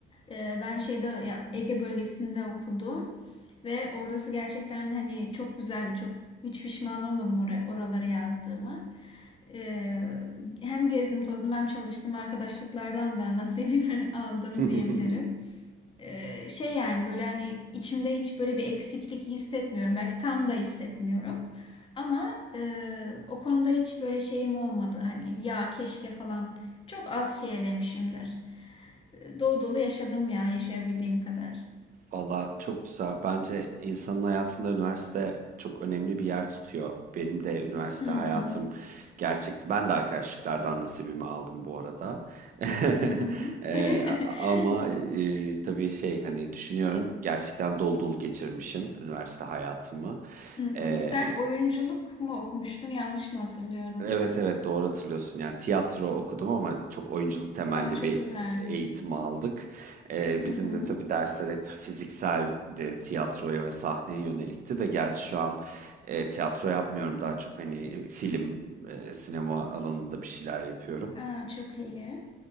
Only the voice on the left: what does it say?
Ee, ben şeyde ya Ege bölgesinde okudum ve orası gerçekten hani çok güzeldi. Çok hiç pişman olmadım oraya, oraları yazdığımı. Ee, hem gezdim tozdum hem çalıştım arkadaşlıklardan da nasibimi <laughs> aldım
diyebilirim. Ee, şey yani böyle hani içimde hiç böyle bir eksiklik hissetmiyorum. Belki tam da hissetmiyorum. Ama e, o konuda hiç böyle şeyim olmadı. Hani ya keşke falan çok az şeye demişimdir. E, Dolu dolu yaşadım ya yaşayabildiğim kadar.
Hı hı.
Hı hı.
<laughs>
Hı hı.
Sen oyunculuk mu okumuştun? Yanlış mı hatırlıyorum?
Aa çok
güzel.
Hı hı.
Aa çok iyi.